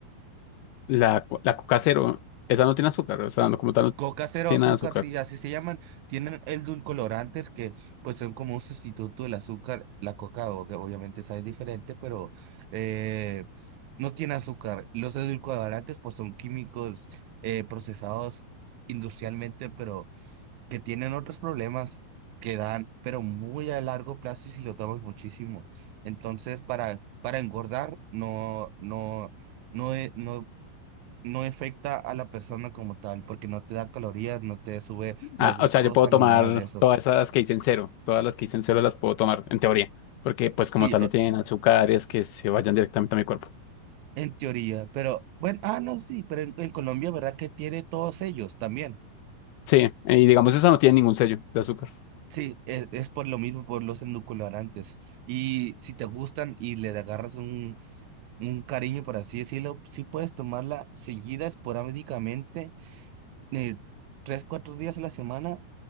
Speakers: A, on the left (about 85°); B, on the right (about 85°).
A: La, co- la coca cero, esa no tiene azúcar, o sea, no, como tal, no
B: Coca cero
A: tiene
B: azúcar,
A: azúcar.
B: sí, así se llaman, tienen edulcorantes que pues son como un sustituto del azúcar. La coca o- que obviamente sabe diferente, pero eh, no tiene azúcar. Los edulcorantes pues son químicos eh, procesados industrialmente, pero que tienen otros problemas que dan, pero muy a largo plazo y si lo tomas muchísimo. Entonces, para, para engordar, no, no, no, eh, no no afecta a la persona como tal, porque no te da calorías, no te sube la
A: Ah,
B: glucosa
A: o sea, yo puedo tomar
B: ni nada de eso.
A: todas esas que dicen cero, todas las que dicen cero las puedo tomar, en teoría, porque pues como
B: Sí,
A: tal
B: e-
A: no tienen azúcares que se vayan directamente a mi cuerpo.
B: en teoría, pero bueno, ah, no, sí, pero en, en Colombia, ¿verdad que tiene todos ellos también?
A: Sí, y digamos esa no tiene ningún sello de azúcar.
B: Sí, e- es, por lo mismo, por los endulcorantes. Y si te gustan y le agarras un, un cariño, por así decirlo, sí puedes tomarla seguida esporádicamente, eh, tres, cuatro días a la semana